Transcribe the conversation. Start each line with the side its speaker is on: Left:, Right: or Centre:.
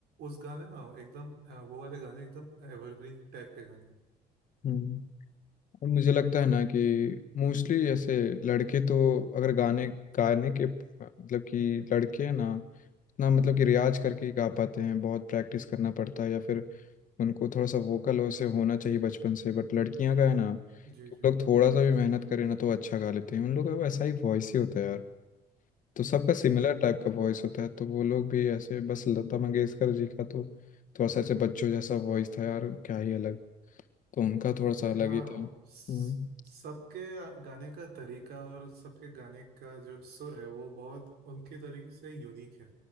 Right: उस गाने ना एकदम अ, वो वाले गाने एकदम एवरग्रीन टाइप के गाने हैं।
Left: हम्म और मुझे लगता है ना कि मोस्टली ऐसे लड़के तो अगर गाने गाने के मतलब कि लड़के हैं ना ना मतलब कि रियाज
Right: हाँ
Left: करके ही गा पाते हैं बहुत प्रैक्टिस करना पड़ता है या फिर उनको थोड़ा सा वोकल उससे होना चाहिए बचपन से बट लड़कियां का है ना कि
Right: जी
Left: वो
Right: जी
Left: लोग थोड़ा सा भी मेहनत करें ना तो अच्छा गा लेते हैं उन लोग का वैसा ही वॉइस ही होता है यार तो सबका सिमिलर
Right: हम्म हम्म
Left: टाइप
Right: हम्म
Left: का वॉइस
Right: हम्म।
Left: होता है तो वो लोग भी ऐसे बस लता मंगेशकर जी का तो थोड़ा सा ऐसे बच्चों जैसा वॉइस था यार क्या ही अलग तो उनका थोड़ा सा अलग
Right: हाँ
Left: ही था हम्म
Right: स- सबके गाने का तरीका और सबके गाने का जो सुर है वो बहुत उनके तरीके से यूनिक है